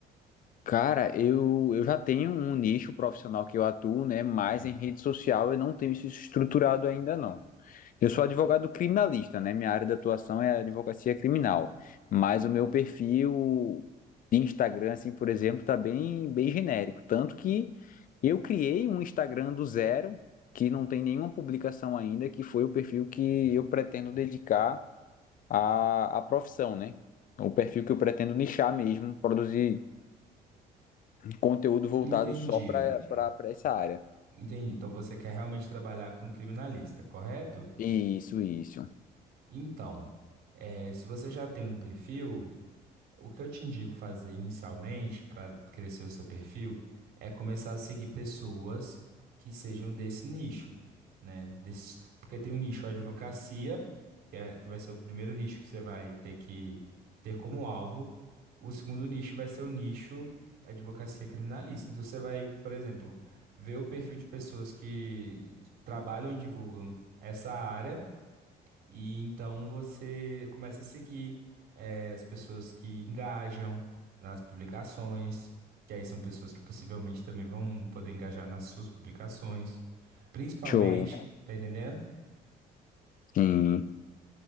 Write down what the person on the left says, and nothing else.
Cara, eu, eu já tenho um nicho profissional que eu atuo, né? Mas em rede social eu não tenho isso estruturado ainda, não. Eu sou advogado criminalista, né? Minha área de atuação é a advocacia criminal. Mas o meu perfil de Instagram, assim, por exemplo, tá bem, bem genérico. Tanto que eu criei um Instagram do zero, que não tem nenhuma publicação ainda, que foi o perfil que eu pretendo dedicar à, à profissão, né? O perfil que eu pretendo nichar mesmo, produzir conteúdo voltado
só para para essa área.
Isso, isso.
Show.
Sim.